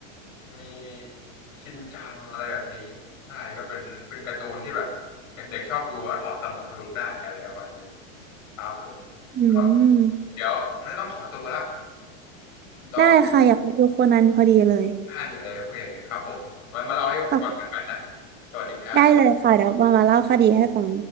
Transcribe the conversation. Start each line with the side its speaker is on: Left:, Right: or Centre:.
Left: มีชินจังอะไรแบบนี้ใช่ก็เป็นเป็นการ์ตูนที่แบบเด็กๆชอบดูแล้วถอดสมองดูได้อะไรประมาณนี้ครับผม
Right: อืม
Left: ก็เดี๋ยวน่าต้องขอตัวละต้อง
Right: ได้ค่ะอยากไปดูโคนันพอดีเลย
Left: ไดาดเลยโอเคครับผมไว้มาเล่าให้ฟังกันใหม่นะ
Right: ขอบคุณ
Left: สวัสดีครับ
Right: ได้เลยค่ะเดี๋ยวมามาเล่าคดีให้ฟัง